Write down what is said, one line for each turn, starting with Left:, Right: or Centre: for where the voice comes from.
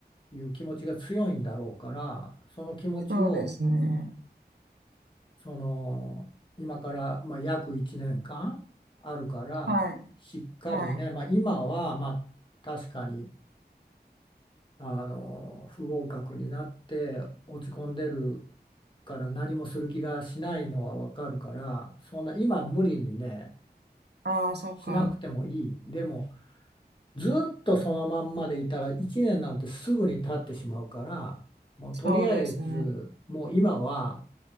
Left: いう気持ちが強いんだろうから、その気持ちを
Right: そうですね。
Left: その今からまあ約1年間あるから、
Right: はい、
Left: しっかりね、
Right: はい。
Left: まあ、今はまあ確かにあの不合格になって落ち込んでるから何もする気がしないのはわかるから、そんな今無理にね
Right: ああ、そうか。
Left: しなくてもいい。でもずっとそのまんまでいたら1年なんてすぐに経ってしまうからもうとりあえずもう今は
Right: そうですね。